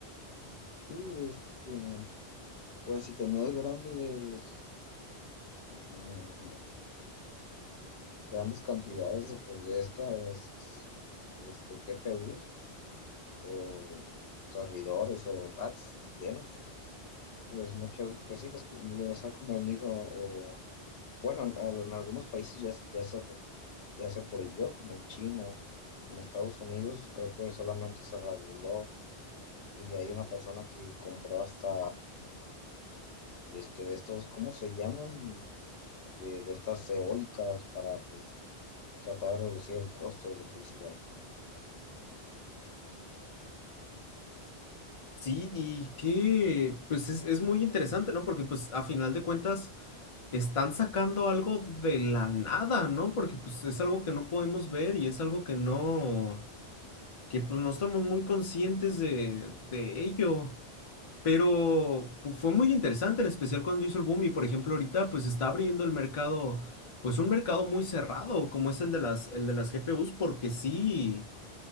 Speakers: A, on the left; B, on the left.
A: Y este, pues si tenías grandes, mm, grandes cantidades de, pues, de estas este, GPUs o servidores o racks llenos. Pues muchas, pues sí, les, les ha convenido, o bueno, en, al- en algunos países ya, se- ya se, re- ya se prohibió, como en China, en Estados Unidos, creo que solamente se reguló y hay una persona que compró hasta este, de estos, ¿cómo se llaman? Eh, de estas eólicas para pues tratar de reducir el costo de electricidad.
B: Sí, y que, pues es, es muy interesante, ¿no? Porque pues a final de cuentas están sacando algo de la nada, ¿no? Porque pues es algo que no podemos ver y es algo que no, que pues no estamos muy conscientes de, de ello. Pero pu- fue muy interesante, en especial cuando hizo el boom y por ejemplo ahorita pues está abriendo el mercado, pues un mercado muy cerrado como es el de las, el de las GPUs, porque sí,